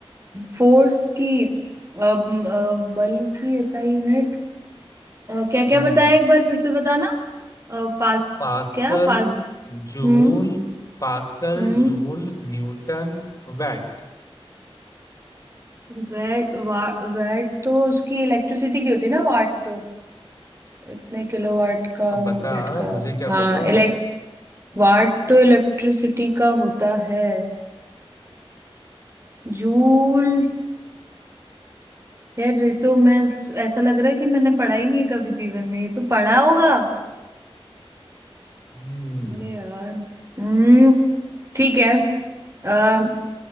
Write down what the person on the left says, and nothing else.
हम्म
Pascal
Joule
Pascal
joule newton watt
अब बता
मुझे क्या
पता
हम्म